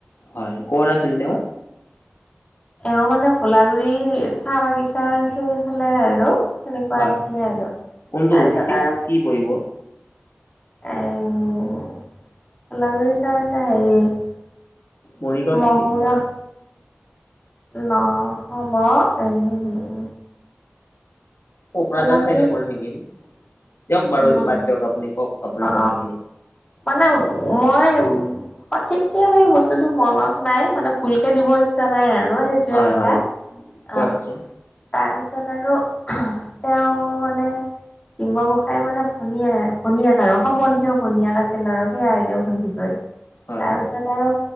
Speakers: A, on the left; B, on the left.
A: হয়, কৰ আছিল তেওঁ?
B: এওঁ মানে, ভোলাগুৰি চাহ বাগিচাৰ সেই ফালে আৰু। সেনেকুৱা
A: হয়
B: আছিলে আৰু,
A: কোনটো
B: তাৰপিছত
A: ডিষ্ট্ৰিক্ট
B: আৰু
A: কি পৰিব?
B: <unintelligible>
A: মৰিগাঁও ডিষ্ট্ৰিক
B: মহুৰা
A: পৰে।
B: <unintelligible>
A: কোকৰাঝাৰ
B: ভোলাগুৰি
A: চাইডে পৰে নেকি! দিয়ক বাৰু এইটো
B: নহয়
A: বাদ দিয়ক! আপুনি কওক আপোনাৰ
B: অ
A: কথাখিনি?
B: মানে মই সঠিক কে সেই বস্তুতটো মনত নাই, মানে ভুলকে দিব ইচ্ছা নাই আৰু, সেই টোৱে
A: হয়
B: কথা।
A: হয় কওকচোন
B: অ। তাৰপিছত আৰু তেওঁ মানে, ডিম্ব গো তাই মানে ভনীয়ে, ভনীয়েক আৰু সম্বন্ধীয়ও ভনীয়েক আছিল আৰু সেই আইদেউ সন্দিকৈৰ।
A: হয়
B: তাৰপিছত আৰু